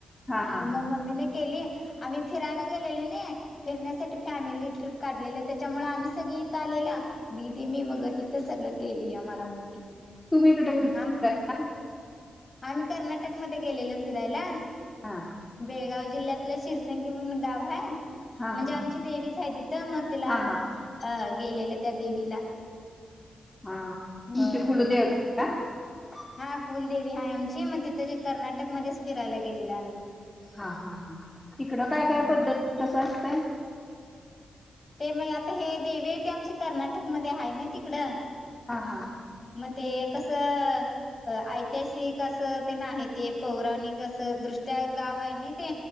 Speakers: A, on the left; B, on the left.
A: हा हा
B: म
A: हा
B: मम्मीने केली आम्ही फिरायला गेलेले फिरण्यासाठी फॅमिली ट्रिप काढलेलं त्याच्यामुळे आम्ही सगळी इथं आलेल दीदी मी मग इथ सगळं केली आमला मम्मी.
A: तुम्ही कुठ <unintelligible>
B: आम
A: कर <inaudible>
B: आम्ही कर्नाटकमध्येध्ये गेलेलो फिरायला.
A: हा
B: बेळगाव. जिल्ह्यातलं शिरसंगी म्हणून गाव हाय
A: हा
B: म्हणजे
A: हा
B: आमची देवीच आहे तिथं मग तिला
A: हा हा
B: अ गेलेलं त्या देवीला
A: हा तुमची
B: होय.
A: कुलदेवता. का.
B: हा कुलदेवी हाय आमची मग तिथ कर्नाटकमध्येध्येच फिरायला गेलेला आम्ही.
A: हा -हा -हा तिकडं
B: अ
A: काय काय पद्धती कस असतंय
B: ते मग आता हे देवी आहे ते आमच्या कर्नाटकमध्ये ते आहे ना तिकडं
A: हा हा
B: मग ते कसं? <inaudible> ऐतिहासिकि अस अस ते नाही ते पौराणिक असं दृष्ट्या गाव आहे नाही ते